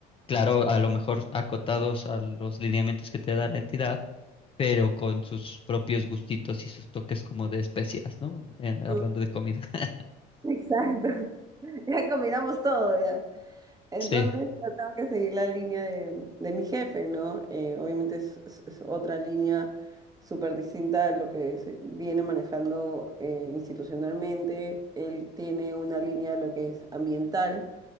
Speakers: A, on the left (about 30°); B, on the right (about 20°).
A: Claro, a lo mejor acotados a los lineamientos que te da la entidad, pero con sus propios gustitos y sus toques como de especias, ¿no? Eh, hablando
B: Mm.
A: de comida. <laughs>
B: exacto. <laughs> Ya combinamos todo, ya. Entonces,
A: Sí,
B: yo tengo que seguir la línea de, de mi jefe, ¿no? Eh, obviamente es, es- es otra línea súper distinta a lo que se viene manejando eh, institucionalmente. Él tiene una línea de lo que es ambiental.